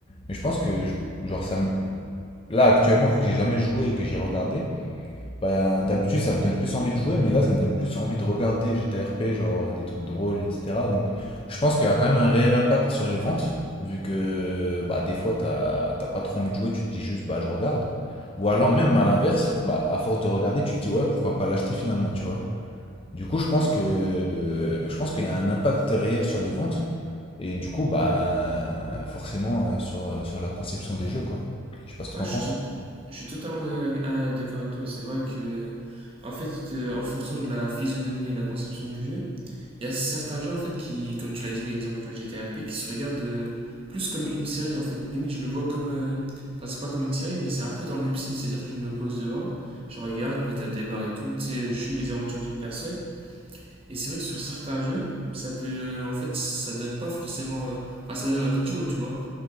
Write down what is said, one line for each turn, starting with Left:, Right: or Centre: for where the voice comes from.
Left: Mais je pense que, je- genre, ça me... Là, actuellement, vu que j'ai jamais joué et que j'ai regardé, ben, d'habitude, ça me donne plus envie de jouer, mais là, ça me donne plus envie de regarder GTA RP, genre, des trucs drôles, etc. Donc, je pense qu'il y a quand même un réel impact sur les ventes, vu que, bah, des fois, t'as t'as pas trop envie de jouer, tu te dis juste, bah, je regarde. Ou alors, même à l'inverse, bah, à force de regarder, tu te dis, ouais, pourquoi pas l'acheter finalement, tu vois. Du coup, je pense
Right: Ouais,
Left: que euh, je pense qu'il y a un impact réel sur les ventes et du coup, bah forcément euh, sur, euh, sur la conception des jeux, quoi. Je sais pas ce que
Right: ouais,
Left: t'en
Right: je
Left: penses.
Right: suis, to- je suis totalement d'accord avec, ah, d'accord avec toi. C'est vrai que, en fait, euh, en fonction de la physionomie et la conception du jeu, il y a certains jeux, en fait, qui, comme tu l'as dit, par exemple le GTRP, qui se regardent euh, plus comme une série, en fait. Limite, je le vois comme. euh, Enfin, c'est pas comme une série, mais c'est un peu dans le même style. C'est-à-dire que je me pose devant, je regarde, je me tape des barres et tout. Tu sais, je suis les aventures d'une personne. Et c'est vrai que sur certains jeux, ça peut. En fait, ça donne pas forcément. euh, Enfin, ça donne envie de jouer, tu vois.